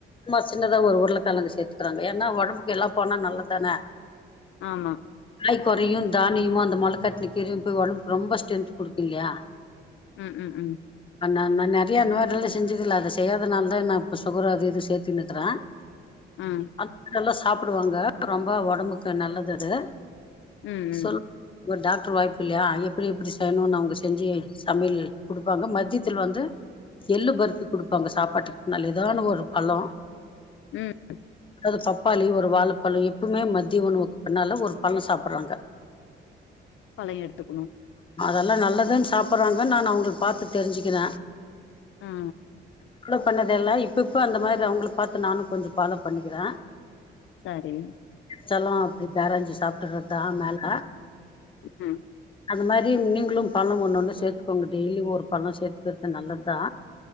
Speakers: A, on the left; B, on the left.
A: சும்மா சின்னதா ஒரு உருளைக்கெழங்கு சேத்துக்கிறாங்க ஏனா ஒடம்புக்கு எல்லா போனா நல்லதுதான
B: ஆமா
A: காய்க கொறையு தானியமு அந்த மொளக்கட்டுன கீரையு போய் ஒடம்புக்கு ரொம்ப ஸ்டென்த் கொடுக்கு இல்லையா
B: ம் ம் ம்
A: ஆ நா நறையா அந்தமாரிலா செஞ்சதுல்ல அத செய்யாதனால தா நா இப்ப சுகரு அது இது சேத்துனுக்கிறே
B: ம்
A: அந்த மாதிரில்லா சாப்பிடுவாங்க ரொம்ப ஒடம்புக்கு நல்லது அது
B: ம்
A: சொல்
B: ம்
A: உங்க டாக்டர் வாய்ப்பு இல்லயா எப்டி எப்டி செய்யணும்னு அவங்க செஞ்சு சமையல் கொடுப்பாங்க மத்தியத்தில் வந்து எள்ளு பர்ப்பி கொடுப்பாங்க சாப்பாட்டுக்கு முன்னால எதனால ஒரு பழம்
B: ம்ம்
A: அது பப்பாளி ஒரு வாழைப்பழ எப்பவுமே மத்திய உணவுக்கு பின்னால ஒரு பழ சாப்டுறாங்க
B: பழ எடுத்துக்கணும்
A: அதெல்லா நல்லதுன் சாப்டுறாங்க நா அவுங்கள பாத்து தெரிஞ்சுக்கிற
B: அ அ
A: ஃபில்லப் பண்ணதெல்லாம் இப்ப இப்ப அந்த மாரி அவுங்கள பாத்து நான கொஞ்ச ஃபாலோ பண்ணிக்கிற
B: செரி
A: செல்லம் அப்டி பேரஞ்சி சாப்ட்டுறதுதானால
B: ம்
A: அது மாரி நீங்களும் பழம் ஒன்னு ஒன்னு சேத்துக்கோங்க டெய்லியு ஒரு பழம் சேத்துக்கிறது நல்லது தா